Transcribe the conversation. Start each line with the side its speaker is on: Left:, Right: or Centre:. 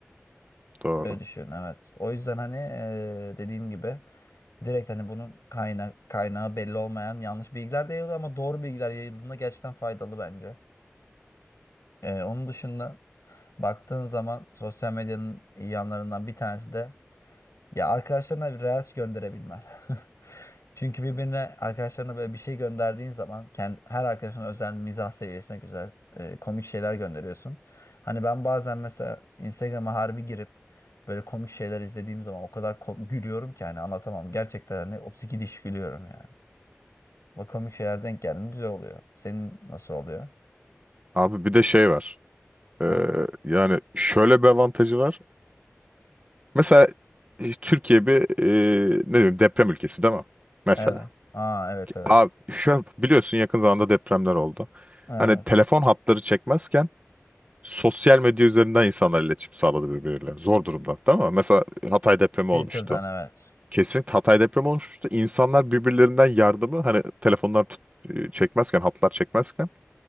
Right: doğru.
Left: Öyle düşün evet. O yüzden hani e, dediğim gibi direkt hani bunun kaynak kaynağı belli olmayan yanlış bilgiler de yayılıyor ama doğru bilgiler yayıldığında gerçekten faydalı bence. E, onun dışında baktığın zaman sosyal medyanın iyi yanlarından bir tanesi de Ya arkadaşlarına bir reels gönderebilmen. <laughs> Çünkü birbirine arkadaşlarına böyle bir şey gönderdiğin zaman kendi, her arkadaşına özel mizah seviyesine güzel e, komik şeyler gönderiyorsun. Hani ben bazen mesela Instagram'a harbi girip böyle komik şeyler izlediğim zaman o kadar ko- gülüyorum ki hani anlatamam. Gerçekten hani 32 diş gülüyorum yani. Bak komik şeyler denk geldi güzel oluyor. Senin nasıl oluyor?
Right: Abi bir de şey var. Ee,
Left: Ha.
Right: yani şöyle bir avantajı var. Mesela e, Türkiye bir e, ne diyeyim deprem ülkesi değil mi? Mesela.
Left: Evet. Aa evet evet.
Right: Abi şu biliyorsun yakın zamanda depremler oldu.
Left: Evet.
Right: Hani telefon hatları çekmezken sosyal medya üzerinden insanlar iletişim sağladı birbirleriyle. Zor durumda değil mi? Mesela Hatay depremi
Left: Twitter'dan
Right: olmuştu.
Left: evet.
Right: Kesinlikle Hatay depremi olmuştu. İnsanlar birbirlerinden yardımı hani telefonlar tut- e, çekmezken, hatlar çekmezken